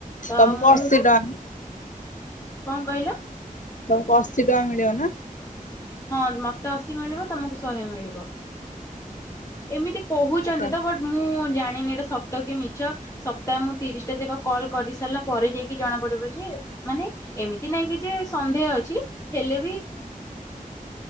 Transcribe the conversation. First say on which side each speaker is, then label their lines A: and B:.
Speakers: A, on the left; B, on the left.
A: ତ
B: ତମକୁ
A: ମୁଁ,
B: ଅଶୀ ଟଙ୍କା
A: କଣ କହିଲ?
B: ତମକୁ ଅଶୀ ଟଙ୍କା ମିଳିବ ନା?
A: ହଁ ମତେ ଅଶୀ ମିଳିବ ତମକୁ ଶହେ ମିଳିବ। ଏମିତି କହୁଛନ୍ତି
B: ଆଚ୍ଛା।
A: ତ ବଟ୍ ମୁଁ ଜାଣିନି ଏଟା ସତ କି ମିଛ ସପ୍ତାହ ମୁଁ ତିରିଶ ଟା ଯାକ କଲ୍ କରି ସାରିଲା ପରେ ଯାଇକି ଜଣା ପଡିବ ଯେ ମାନେ ଏମିତି ନାଇଁ କି ଯେ ସନ୍ଦେହ ଅଛି ହେଲେ ବି